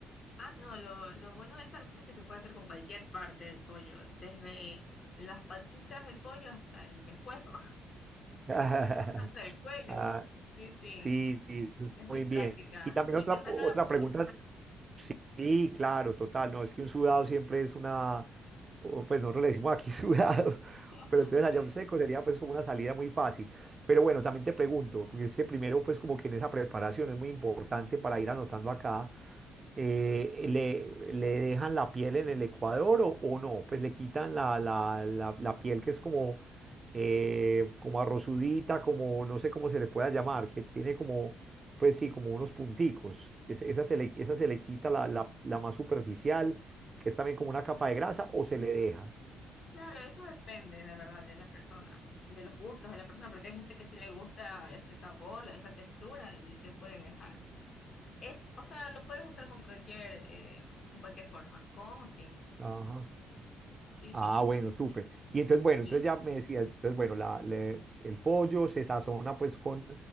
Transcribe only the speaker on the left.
Ah, no, lo, lo bueno de esta receta es que se puede hacer con cualquier parte del pollo, desde las patitas del pollo hasta el pescuezo,
<laughs> hasta el cuello.
Sí, sí,
es muy
práctica
y
te saca
de apuros.
<laughs>
Claro, eso depende, de verdad, de la persona, de los gustos de la persona, porque hay gente que sí le gusta ese sabor, esa textura y se puede dejar. Es, o sea, lo puedes usar con cualquier, eh, en cualquier forma, con o sin.
Sí, sí.
Y